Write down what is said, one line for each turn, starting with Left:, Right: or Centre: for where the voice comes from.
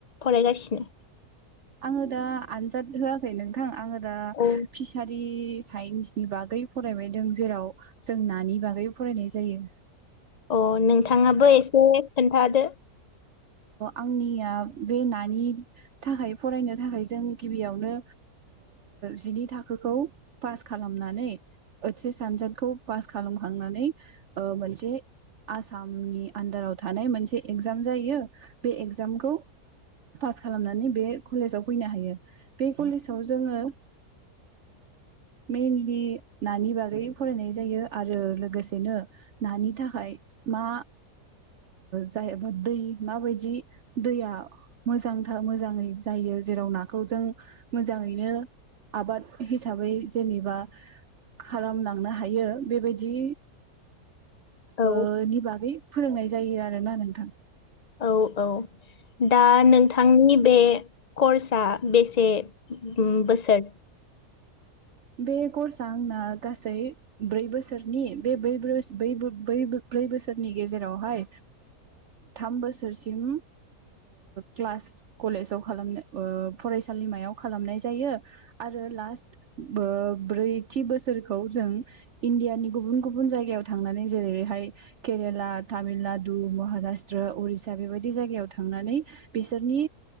Left: फरायगासिनो
Right: आङो दा आनजाद होआखै नोंथां आङो दा
Left: औ
Right: फिसारि साइन्सनि बागै फरायबायदों जेराव जों नानि बागै फरायनाय जायो
Left: अ नोंथां थाङाबो
Right: ओ
Left: एसे खोन्थादो
Right: आंनिया बे नानि थाखाय फरायनो थाखाय जों गिबियावनो जिनि थाखोखौ पास खालामनानै ओथसेस सानजादखौ पास खालामखांनानै मोनसे आसामनि आन्दाराव थानाय मोनसे एगजाम जायो बे एगजामखौ पास खालामनानै बे कलेजाव फैनो हायो बे कलेजाव जोङो मेनलि नानि बागै फरायनाय जायो आरो लोगोसेनो नानि थाखाय मा जाहैबाया दै माबायदि दैया मोजांथार मोजाङै जायो जेराव नाखौ जों मोजाङैनो आबाद हिसाबै जेनेबा खालामलांनो हायो बेबायदि
Left: औ
Right: ओ नि बागै फोरोंनाय जायो आरोना नोंथां
Left: औ -औ दा नोंथांनि बे कर्सआ बेसे बोसोर
Right: बे कर्सआ आंना गासै ब्रै बोसोरनि बे बै बैै ब्रै बोसोरनि गेजेरावहाय थाम बोसोरसिम क्लास कलेजाव खालामनो फरायसालिमायाव खालामनाय जायो आरो लास्ट ब्रैथि बोसोरखौ जों इण्डियानि गुबुन गुबुन जायगायाव थांनानै जेरैहाय केरेला तामिलनाडु महाराष्ट्र उरिसा बेबायदि जायगायाव थांनानै बिसोरनि